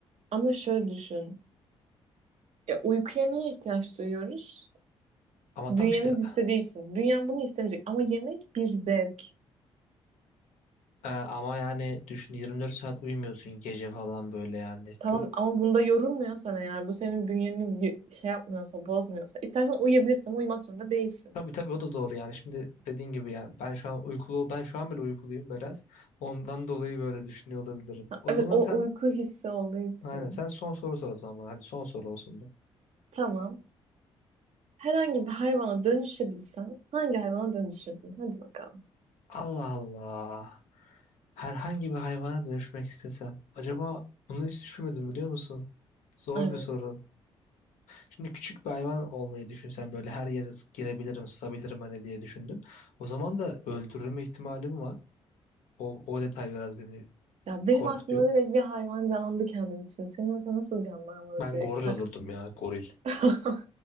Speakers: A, on the right; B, on the left.
A: Ama şöyle düşün. Ya uykuya niye ihtiyaç duyuyoruz?
B: Ama
A: Bünyemiz
B: tam işte
A: istediği için. Dünya bunu istemeyecek. Ama yemek bir zevk.
B: Ee, ama yani düşün 24 saat uyumuyorsun gece falan böyle yani.
A: Tamam
B: Çok
A: ama bunda yorulmuyorsan eğer bu senin bünyeni y- şey yapmıyorsa bozmuyorsa istersen uyuyabilirsin ama uyumak zorunda değilsin.
B: tabii tabii o da doğru yani. Şimdi dediğin gibi yani ben şu an uykulu ben şu an bile uykuluyum biraz. Ondan dolayı böyle düşünüyor olabilirim.
A: Ha,
B: O
A: evet
B: zaman
A: o
B: sen
A: uyku hissi olduğu için.
B: aynen sen son soru sor o zaman. bana. Hadi son soru olsun bu.
A: Tamam. Herhangi bir hayvana dönüşebilsen hangi hayvana dönüşürdün? Hadi bakalım.
B: Allah Allah. Herhangi bir hayvana dönüşmek istesem. Acaba bunu hiç düşünmedim biliyor musun? Zor
A: Evet.
B: bir soru. Şimdi küçük bir hayvan olmayı düşünsen böyle her yere s- girebilirim, sızabilirim hani diye düşündüm. O zaman da öldürülme ihtimalim var. O, o detay biraz beni
A: Ya benim
B: korkutuyor.
A: aklıma direkt bir hayvan canlandı kendim için. Senin mesela nasıl canlanmadı
B: Ben
A: direkt
B: goril
A: tak.
B: olurdum ya, goril.
A: <laughs>